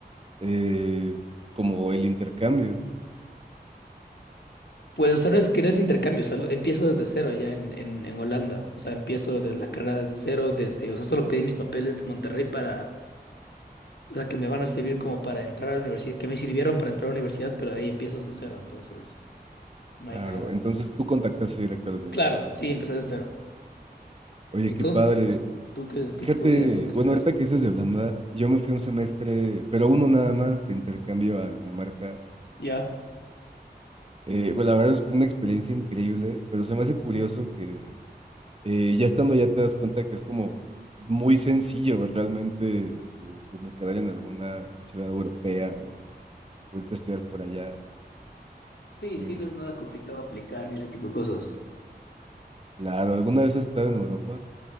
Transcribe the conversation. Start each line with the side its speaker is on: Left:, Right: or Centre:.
Right: eh, como el intercambio?
Left: Pues, o sea, no es que no es intercambio, o sea, lo- empiezo desde cero allá en, en, en Holanda, o sea, empiezo de la carrera desde cero, desde, o sea, solo pedí mis papeles de Monterrey para, o sea, que me van a servir como para entrar a la universidad, que me sirvieron para entrar a la universidad, pero de ahí empiezo desde cero, entonces, no
Right: Claro,
Left: hay nada.
Right: entonces tú contactaste directo a la universidad.
Left: Claro, sí, empecé desde cero.
Right: Oye,
Left: ¿Y
Right: qué
Left: tú?
Right: padre.
Left: ¿Tú qué, qué
Right: Fíjate,
Left: estudias o qué
Right: bueno,
Left: estudiaste?
Right: ahorita que dices de Holanda, yo me fui un semestre, pero uno nada más, de intercambio a Dinamarca.
Left: Ya.
Right: Eh, bueno, la verdad es una experiencia increíble, pero se me hace curioso que eh, ya estando ya te das cuenta que es como muy sencillo realmente eh, como quedar en alguna ciudad europea o, o irte a estudiar por allá.
Left: Sí,
Right: Eh,
Left: sí, no es nada complicado aplicar ni ese tipo de cosas.
Right: claro, ¿alguna vez has estado en Europa?